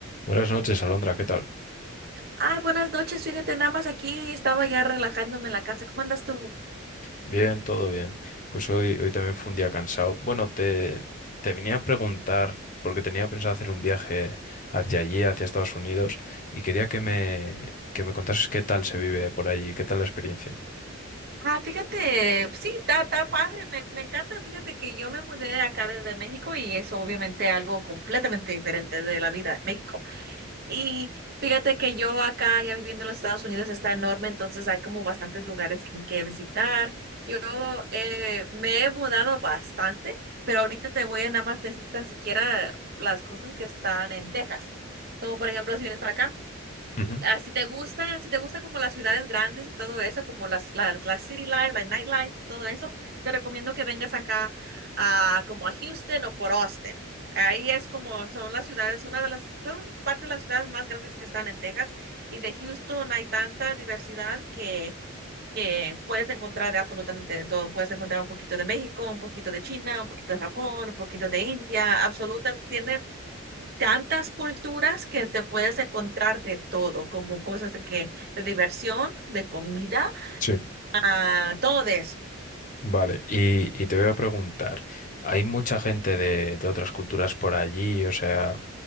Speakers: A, on the left; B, on the right.
A: Buenas noches, Alondra, ¿qué tal?
B: Ay, buenas noches, fíjate, nada más aquí estaba ya relajándome en la casa. ¿Cómo andas tú?
A: Bien, todo bien. Pues hoy, hoy también fue un día cansado. Bueno, te, te venía a preguntar, porque tenía pensado hacer un viaje hacia allí, hacia Estados Unidos, y quería que me, que me contases qué tal se vive por allí, qué tal la experiencia.
B: Ah, fíjate, sí, está, está padre, me, me encanta, fíjate que yo me mudé acá desde México y es obviamente algo completamente diferente de la vida en México. Y fíjate que yo acá ya viviendo en los Estados Unidos está enorme, entonces hay como bastantes lugares que, que visitar. Yo eh, me he mudado bastante, pero ahorita te voy a nada más decir tan siquiera las cosas que están en Texas. Como por ejemplo, si vienes para acá.
A: Ujú.
B: Ah, si te gusta, si te gusta como las ciudades grandes y todo eso, como las, las, las city life, la nightlife todo eso, te recomiendo que vengas acá a, como a Houston o por Austin. Ahí es como son las ciudades, una de las, son parte de las ciudades más grandes que están en Texas y de Houston hay tanta diversidad que, que puedes encontrar de absolutamente todo. Puedes encontrar un poquito de México, un poquito de China, un poquito de Japón, un poquito de India, absolutamente, tantas culturas que te puedes encontrar de todo, como cosas de que, de diversión, de comida,
A: Sí.
B: ah, todo de eso.
A: Vale, y, y te voy a preguntar, ¿hay mucha gente de, de otras culturas por allí? O sea,